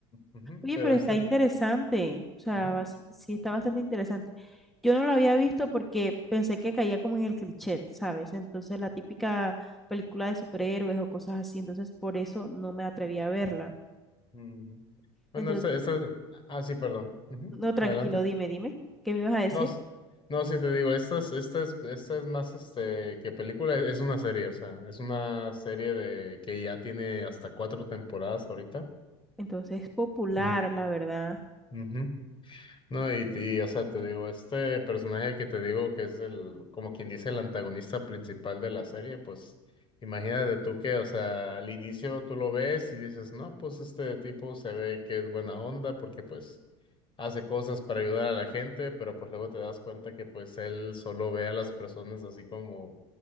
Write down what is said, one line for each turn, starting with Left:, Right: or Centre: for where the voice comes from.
Left: ujú,
Centre: Oye,
Left: pero
Centre: pero
Left: este,
Centre: está
Left: di-
Centre: interesante. O sea,
Left: ujú,
Centre: bas- sí está bastante interesante. Yo no lo había visto porque pensé que caía como en el cliché, ¿sabes? Entonces, la típica película de superhéroes o cosas así. Entonces, por eso no me atreví a verla.
Left: ujú. Bueno,
Centre: Entonces,
Left: este, este, ah, sí, perdón. Ujú,
Centre: no, tranquilo,
Left: Adelante.
Centre: dime, dime. ¿Qué me ibas a decir?
Left: No, s- no, sí te digo, esta es, esta es, esta es más, este, que película, es una serie, o sea, es una serie de que ya tiene hasta cuatro temporadas ahorita.
Centre: Entonces, es popular,
Left: Mm,
Centre: la verdad.
Left: ujú. No, y, y, o sea, te digo, este personaje que te digo que es el, como quien dice, el antagonista principal de la serie, pues imagínate tú que, o sea, al inicio tú lo ves y dices, no, pues este tipo se ve que es buena onda porque pues hace cosas para ayudar a la gente, pero pues luego te das cuenta que pues él solo ve a las personas así como,